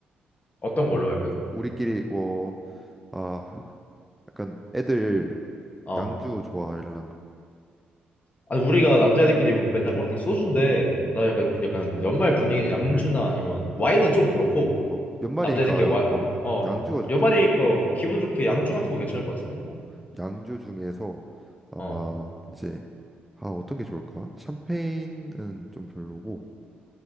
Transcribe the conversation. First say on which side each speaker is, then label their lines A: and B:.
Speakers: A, on the left; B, in the centre.
A: 어떤 걸로 약간?
B: 우리끼리 뭐 아, 약간 애들
A: 어.
B: 양주 좋아하려나?
A: 아니 우리가 남자애들끼리 맨날 먹는 게 소주인데
B: 음.
A: 나 약간 약간 연말 분위기는 양주나
B: 그래.
A: 아니면
B: 어,
A: 와인은 좀 그렇고
B: 어. 연말이니까
A: 남자애들끼리 와 어,
B: 어,
A: 어
B: 양주가 좋겠다.
A: 연말이니까 기분 좋게 양주 같은 거 괜찮을 것 같은데
B: 어, 양주 중에서 아마
A: 어
B: 이제 아 어떤 게 좋을까? 샴페인은 좀 별로고,